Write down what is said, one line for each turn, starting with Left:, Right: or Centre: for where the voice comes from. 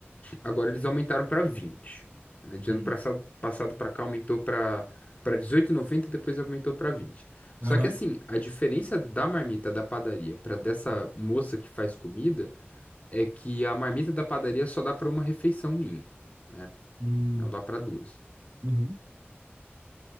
Left: Agora eles aumentaram para 20. né? De
Right: uhum,
Left: ano passado, passado para cá aumentou para para dezoito e noventa, depois aumentou para 20. Só
Right: aham,
Left: que assim, a diferença da marmita da padaria para dessa moça que faz comida é que a marmita da padaria só dá para uma refeição minha, né?
Right: uhum,
Left: Não dá para duas.
Right: uhum,